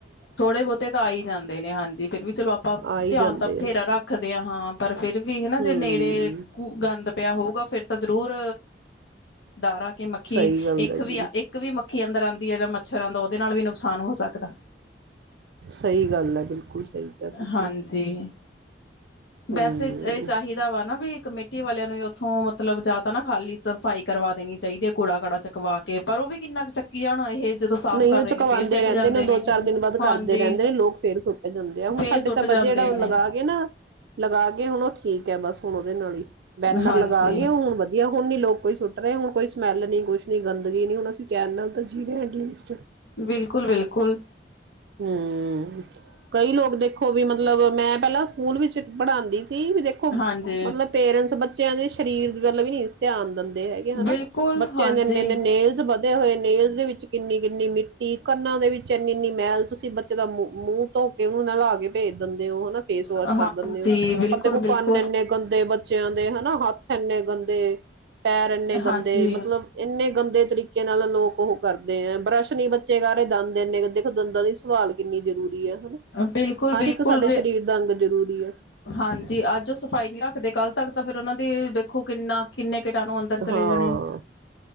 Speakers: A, on the left; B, on the right.
A: ਥੋੜੇ ਬਹੁਤੇ ਤਾਂ ਆ ਹੀ ਜਾਂਦੇ ਨੇ। ਹਾਂਜੀ ਫੇਿਰ ਵੀ ਚਲੋ ਆਪਾਂ
B: ਆ ਹੀ
A: ਧਿਆਨ
B: ਜਾਂਦੇ
A: ਤਾਂ ਬਥੇਰਾ
B: ਆ
A: ਰੱਖਦੇ ਹਾਂ ਹਾਂ। ਪਰ ਫਿਰ ਵੀ ਹਨਾ
B: ਹੂੰ
A: ਜੇ ਨੇੜੇ ਗੰਦ ਪਿਆ ਹੋਊ। ਫਿਰ ਤਾਂ ਜ਼ਰੂਰ ਡਾਰਾ ਕੇ ਮੱਖੀ
B: ਸਹੀ ਗੱਲ
A: ਇੱਕ
B: ਹੈ ਜੀ
A: ਵੀ ਇੱਕ ਵੀ ਮੱਖੀ ਅੰਦਰ ਆਂ ਹੈ ਜਾਂ ਮੱਛਰਾਂ ਦਾ ਉਹਦੇ ਨਾਲ ਵੀ ਨੁਕਸਾਨ ਹੋ ਸਕਦਾ।
B: ਸਹੀ ਗੱਲ ਹੈ ਬਿਲਕੁਲ ਸਹੀ ਕਿਹਾ ਤੁਸੀਂ
A: ਹਾਂਜੀ,
B: ਹਮ
A: ਵੈਸੇ ਇਹ ਚਾਹੀਦਾ ਵਾ ਨਾ ਵੀ ਕਮੇਟੀ ਵਾਲਿਆਂ ਨੂੰ ਉੱਥੋਂ ਮਤਲਬ ਜ਼ਿਆਦਾ ਨਾ ਖਾਲੀ ਸਫ਼ਾਈ ਕਰਵਾ ਦੇਣੀ ਚਾਹੀਦੀ ਹੈ। ਕੂੜਾ ਕੜਾ ਚਕਵਾ ਕੇ ਪਰ ਉਹ ਵੀ ਕਿੰਨਾ ਕੁ ਚੱਕੀ ਜਾਣਾ ਇਹ ਜਦੋਂ ਸਾਫ਼
B: ਨਹੀਂ
A: ਕਰਦੇ
B: ਉਹ ਚੁਕਵਾਉਂਦੇ
A: ਨੇ ਫੇਰ ਸਿੱਟ
B: ਰਹਿੰਦੇ
A: ਜਾਂਦੇ ਨੇ।
B: ਦੋ ਚਾਰ ਦਿਨ ਬਾਅਦ
A: ਹਾਂਜੀ
B: ਕਰਦੇ ਰਹਿੰਦੇ ਨੇ ਲੋਕ ਫੇਰ ਸੁੱਟ ਜਾਂਦੇ ਆ। ਹੁਣ
A: ਫੇਰ
B: ਸਾਡੇ
A: ਸੁੱਟ
B: ਤਾਂ ਵਧੇ
A: ਜਾਂਦੇ
B: ਜੇਹੜਾ ਉਹ
A: ਨੇ
B: ਲਗਾ ਗਏ ਨਾ ਲਗਾ ਗਏ ਹੁਣ ਉਹ ਠੀਕ ਹੈ, ਬਸ ਹੁਣ ਉਹਦੇ ਨਾਲ ਹੀ। ਬੈਨਰ
A: ਹਾਂਜੀ
B: ਲਗਾ ਗਏ ਉਹ ਹੁਣ ਵਧੀਆ ਹੁਣ ਨੀ ਲੋਕ ਕੋਈ ਸੁੱਟ ਰਹੇ ਹੁਣ ਕੋਈ ਸਮੈਲ ਨੀ ਕੁਛ ਨੀ ਗੰ ਗੰਦਗੀ ਨੀ ਹੋਣਾ ਸੀ। ਕੈਨਲ ਤਾਂ ਜੀਰੇ ਐਟਲੀਸਟ।
A: ਬਿਲਕੁਲ-ਬਿਲਕੁਲ।
B: ਹੂੰ। ਕਈ ਲੋਕ ਦੇਖੋ ਵੀ ਮਤਲਬ ਮੈਂ ਪਹਿਲਾਂ ਸਕੂਲ ਵਿੱਚ ਪੜਾਂਦੀ ਵੀ ਦੇਖੋ
A: ਹਾਂਜੀ
B: ਮਤਲਬ ਪੇਰੈਂਟਸ ਬੱਚਿਆਂ ਦੇ ਸ਼ਰੀਰ ਮਤਲਬ ਵੀ ਨੀ ਧਿਆਨ ਦਿੰਦਾ। ਹੈਗੇ ਹਨਾ।
A: ਬਿਲਕੁਲ
B: ਬੱਚਿਆਂ
A: ਹਾਂਜੀ
B: ਦੇ ਇੰਨੇ-ਇੰਨੇ ਨੇਲਜ਼ ਵਦ ਹੋਏ ਨੇਲ ਦੇ ਵਿੱਚ ਕਿੰਨੀ ਕਿੰਨੀ ਮਿੱ ਕੰਨਾਂ ਦੇ ਵਿੱਚ ਇੰਨੀ-ਇੰਨੀ ਮੈਲ ਤੁਸੀਂ ਬੱਚੇ ਦਾ ਮੂੰਹ ਧੋ ਕੇ ਉਹਨੂੰ ਨਹਲਾਕੇ ਭੇਜ ਦਿੰਦੇ ਹੋ ਹਨਾ। ਫੇਸ ਵਾਸ਼
A: ਹਾਂਜੀ
B: ਕਰ ਦਿੰਨੇ ਹੋ,
A: ਬਿਲਕੁਲ
B: ਪਰ ਦੇਖੋ
A: ਬਿਲਕੁਲ
B: ਕੰਨ ਇੰਨੇ ਗੰਦੇ ਬੱਚਿਆਂ ਦੇ ਹਨਾ। ਹੱਥ ਇੰਨੇ ਗੰਦੇ। ਪੈਰ ਇੰਨੇ ਗੰਦੇ
A: ਹਾਂਜੀ
B: ਮਤਲਬ ਇੰਨੇ ਗੰਦੇ ਤਰੀਕੇ ਕੇ ਨਾਲ ਲੋਕ ਉਹ ਕਰਦੇ ਹੈ। ਬਰੱਸ਼ ਨੀ ਬੱਚੇ ਗ ਰਹੇ ਦੰਦ ਇੰਨੇ ਦੇਖੋ ਦੰਦਾਂ ਦੀ ਸੰਭਾਲ ਕਿੰਨੀ ਜ਼ਰੂਰੀ ਹੈ ਹਨਾ।
A: ਬਿਲਕੁਲ ਬਿਲਕੁਲ
B: ਹਰ ਇੱਕ ਸਾਡੇ
A: ਦੇ
B: ਸਰੀਰ ਦਾ ਅੰਗ ਜ਼ਰੂਰੀ ਹੈ।
A: ਹਾਂਜੀ ਅੱਜ ਉਹ ਸਫ਼ਾਈ ਨਹੀਂ ਰੱਖਦੇ ਕੱਲ੍ਹ ਤੱਕ ਤਾਂ ਫਿਰ ਉਹਨਾਂ ਦੇ ਦੇਖੋ ਕਿੰਨਾ ਕਿੰਨੇ ਕੀਟਾਣੂ ਅੰਦਰ ਚਲੇ
B: ਹਾਂ,
A: ਜਾਣੇ ਆ